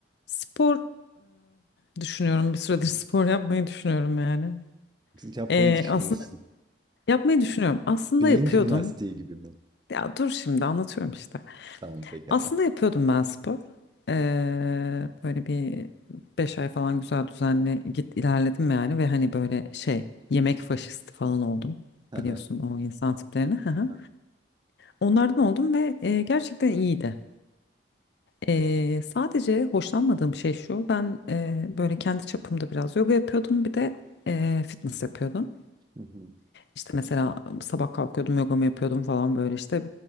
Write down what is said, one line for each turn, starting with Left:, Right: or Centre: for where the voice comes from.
Left: Spor e, düşünüyorum bir süredir <laughs> spor yapmayı düşünüyorum yani.
Right: Yapmayı
Left: E,
Right: düşünüyorsun.
Left: aslında yapmayı düşünüyorum. Aslında
Right: Beyin
Left: yapıyordum.
Right: jimnastiği gibi mi?
Left: Ya dur şimdi anlatıyorum işte.
Right: Tamam pekala.
Left: Aslında yapıyordum ben spor. E, böyle bir 5 ay falan güzel düzenli git ilerledim yani ve hani böyle şey yemek faşisti falan oldum.
Right: Aha,
Left: Biliyorsun o insan tiplerini. <laughs> Hı hı.
Right: aha.
Left: Onlardan oldum ve e, gerçekten iyiydi. Ee, sadece hoşlanmadığım şey şu, ben e, böyle kendi çapımda biraz yoga yapıyordum, bir de e, fitness yapıyordum.
Right: Hı hı,
Left: İşte mesela sabah kalkıyordum, yogamı yapıyordum falan böyle işte